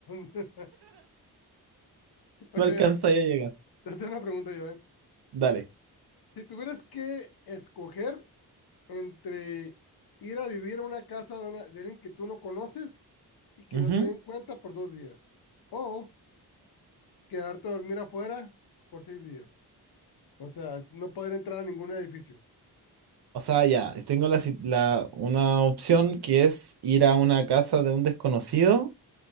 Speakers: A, on the left (about 65°); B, on the right (about 75°).
A: <laughs> Ok,
B: No alcanza
A: mira,
B: ya a llegar.
A: te hacía una pregunta yo, ¿eh?
B: Dale.
A: Si tuvieras que escoger entre ir a vivir a una casa de, una- de alguien que tú no conoces y que
B: Ujú.
A: no se den cuenta por dos días, o quedarte a dormir afuera por seis días. O sea, no poder entrar a ningún edificio.
B: O sea, ya, tengo la, si- la- una opción que es ir a una casa de un desconocido